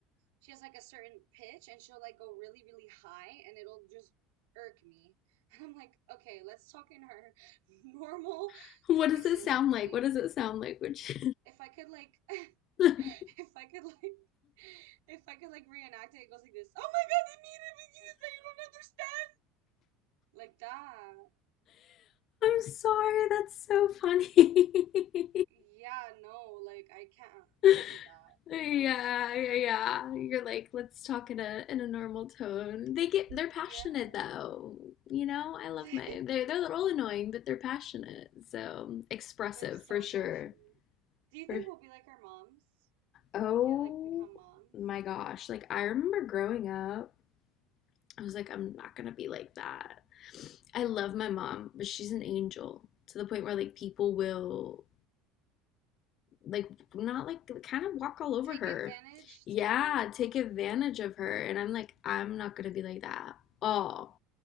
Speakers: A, on the right; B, on the left.
A: she has like a certain pitch and she'll like go really, really high and it'll just irk me. <laughs> And I'm like, okay, let's talk in her <laughs> normal
B: <laughs> What
A: voices,
B: does it sound
A: please.
B: like? What does it sound like? Which
A: If I could like <laughs> if
B: <laughs> I'm
A: I could like <laughs> if I could like reenact it, it goes like this. Oh my God, they mean it because that you don't understand. Like that.
B: sorry, that's so funny.
A: Yeah, no, like I can't
B: <laughs>
A: handle that.
B: Yeah,
A: No.
B: yeah, yeah. You're like, let's talk in a in a normal tone. They get they're
A: Yeah.
B: passionate though. You know, I love
A: <laughs>
B: my they're they're a little annoying, but they're passionate. So expressive
A: They're so
B: for sure.
A: passionate. Do you
B: For
A: think we'll be like our moms
B: oh
A: when we get like become moms?
B: my gosh. Like I remember growing up, I was like, I'm not gonna be like that. I love my mom, but she's an angel to the point where like people will like not like kind of walk all over
A: Take
B: her.
A: advantage,
B: Yeah,
A: take advantage.
B: take advantage of her. And I'm like, I'm not gonna be like that. Oh.